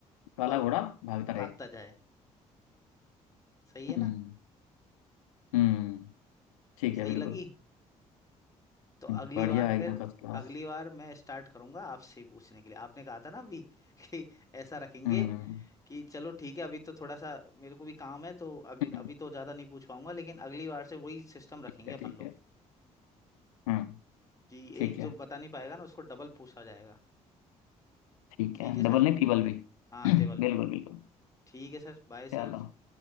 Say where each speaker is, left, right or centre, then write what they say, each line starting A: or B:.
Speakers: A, on the left (about 70°); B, on the left (about 20°).
A: काला
B: और
A: घोड़ा भागता रहे
B: भागता जाए सही है
A: हम्म
B: ना
A: हम्म ठीक है
B: सही
A: बिल्कुल
B: लगी तो अगली
A: हम्म, बढ़िया
B: बार है
A: है,
B: फिर
A: एकदम फर्स्ट क्लास
B: अगली बार मैं स्टार्ट करूंगा आपसे ही पूछने के लिए आपने कहा था ना अभी <laughs> कि ऐसा रखेंगे
A: हम्म
B: हम्म,
A: हम्म,
B: कि चलो ठीक है अभी तो थोड़ा सा मेरे को भी काम है तो अगली
A: हम्म, हम्म,
B: अभी तो ज़्यादा नहीं पूछ पाऊंगा लेकिन अगली बार से वही सिस्टम रखेंगे
A: ठीक है
B: अपन
A: ठीक
B: लोग
A: है हम्म
B: कि
A: ठीक
B: एक
A: है
B: जो बता नहीं पाएगा ना उसको डबल पूछा जाएगा
A: ठीक
B: ठीक
A: है
B: है सर
A: डबल नहीं ट्रिपल भी <clears throat>
B: हाँ
A: बिल्कुल
B: टेबल भी
A: बिल्कुल
B: ठीक है सर बाय
A: चलो
B: सर